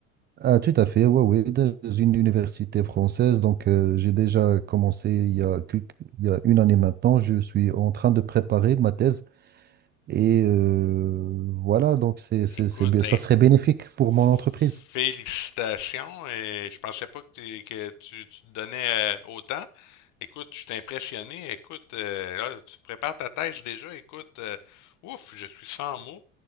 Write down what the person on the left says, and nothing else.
Écoute,
hey,
Félicitations
et je pensais pas que, t'es- que tu, tu te donnais euh, autant. Écoute, je suis impressionné. Écoute, euh, là, tu prépares ta thèse déjà. Écoute, euh, ouf, je suis sans mots.